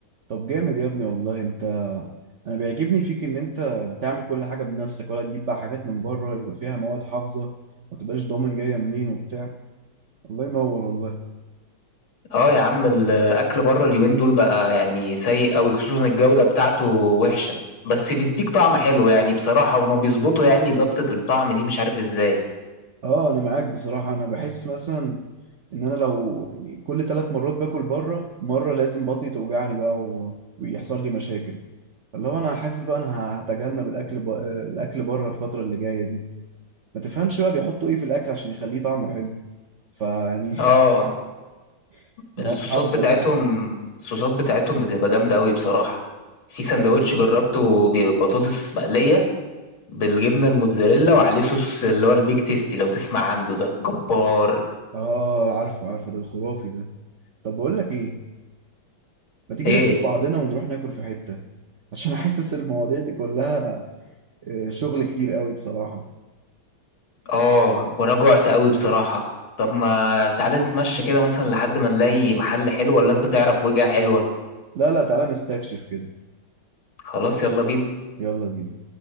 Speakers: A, on the right; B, on the left.
A: طب جامد يا ابني والله انت انا بيعجبني فيك ان انت بتعمل كل حاجه بنفسك ولا تجيب بقى حاجات من بره يبقى فيها مواد حافظه ما تبقاش ضامن جايه منين وبتاع الله ينور والله
B: اه يا عم الاكل بره اليومين دول بقى يعني سيء قوي خصوصا الجوده بتاعته وحشه بس بيديك طعم حلو يعني بصراحه هما بيظبطوا يعني ظبطه الطعم دي مش عارف ازاي
A: اه انا معاك بصراحه انا بحس مثلا ان انا لو يعني كل ثلاث مرات باكل بره مره لازم بطني توجعني بقى و... ويحصل لي مشاكل اللي هو انا حاسس بقى انا هتجنب الاكل ب... الاكل بره الفتره اللي جايه دي ما تفهمش بقى بيحطوا ايه في الاكل عشان يخليه طعمه حلو فيعني
B: اه
A: <laughs> مواد
B: الصوصات
A: حافظه
B: بتاعتهم
A: بقى
B: الصوصات بتاعتهم بتبقى جامده قوي بصراحه في سندوتش
A: ايوه
B: جربته ببطاطس مقليه بالجبنه الموتزاريلا وعليه صوص اللي هو البيك تيستي لو تسمع عنده ده جبار
A: اه عارفه عارفه ده الخرافي ده طب بقول لك ايه ما تيجي
B: ايه
A: ناخد بعضنا ونروح ناكل في حته عشان حاسس المواضيع دي كلها آه، شغل كتير قوي بصراحه
B: اه وانا جوعت قوي بصراحه طب ما تعالى نتمشى كده مثلا لحد ما نلاقي محل حلو ولا انت تعرف وجهة حلوه
A: لا لا تعالى نستكشف كده
B: خلاص يلا بينا
A: يلا بينا